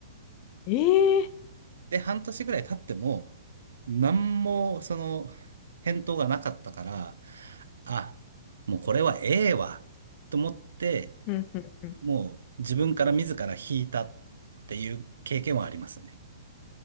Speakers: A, on the left; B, on the right.
A: えー。
B: で、半年ぐらい経っても、何も、その、返答がなかったから、あ、もうこれはええわ、と思って、
A: うん、うん、うん。
B: もう自分から自ら引いたっていう経験はありますね。